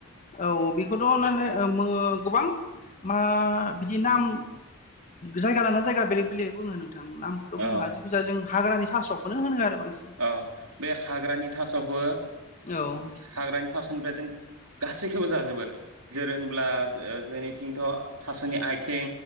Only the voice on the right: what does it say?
अ
औ बे हाग्रानि थास'खौ ओ
हाग्रानि थास'निफ्राय जों गासैखौबो जाजोबो जेरै होनब्ला जोंनिथिंथ' थास'नि आथें।